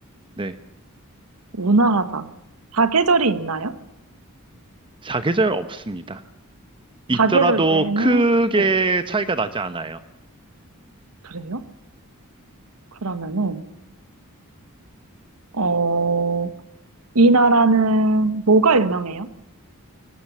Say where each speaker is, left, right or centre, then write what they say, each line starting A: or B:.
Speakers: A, on the right (about 25°); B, on the right (about 80°).
A: 네.
B: 온화하다. 사계절이 있나요?
A: 사계절 없습니다. 있더라도
B: 사계절 내내,
A: 크게
B: 네,
A: 차이가 나지 않아요.
B: 그래요? 그러면은, 어, 이 나라는 뭐가 유명해요?